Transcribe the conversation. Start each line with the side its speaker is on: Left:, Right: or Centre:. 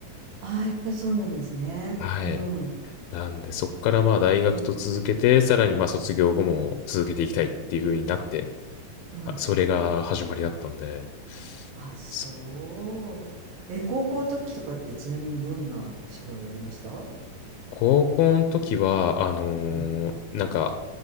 Right: ああ、やっぱりそうなんですね。
Left: はい。
Right: うん、
Left: なんで、そっからまあ、大学と続けて、
Right: うん、
Left: さらにまあ、卒業後も続けていきたいっていう風になって、
Right: うん。
Left: あそれが始まりだったんで、
Right: あ、そう。
Left: そ
Right: え、高校時とかってちなみにどんなお芝居やりました
Left: 高校の時は、あの
Right: うん。
Left: ーなんか、